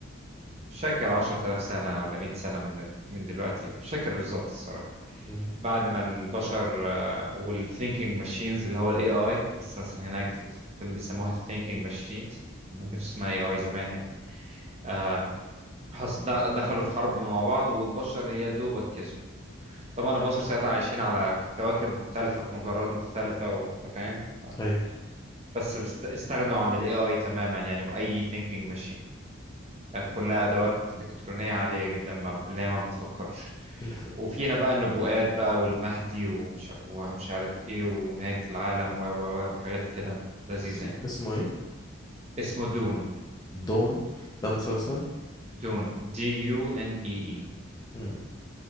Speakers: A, on the right; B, on the left.
A: مش فاكر 10000 سنة ولا 100 سنة من من دلوقتي مش فاكر بالظبط الصراحة
B: مم،
A: بعد ما البشر آه، والثينكينج ماشينز اللي هو الاي اي لسه لسه هناك في الفيلم بيسموها الثينكينج ماشينز ما
B: مم.
A: كانش اسمها اي اي زمان يعني آه، حس- د- دخلوا في حرب مع بعض والبشر يا دوبك كسبوا طبعا البشر ساعتها عايشين على كواكب مختلفة في مجرات مختلفة وانت فاهم ف-
B: أيوة
A: بس است- استغنوا عن الاي اي تماما يعني واي ثينكينج ماشين كانت كلها أدوات إلكترونية عادية جدا ما اللي هي ما بتفكرش
B: الف...
A: وفيها بقى النبوءات بقى والمهدي ومش, ومش عارف إيه ونهاية العالم و و و وحاجات كده لذيذة
B: اسم...
A: يعني
B: اسمه إيه
A: اسمه دون
B: دون ده مسلسل
A: دون دي يو ان اي اي
B: مم.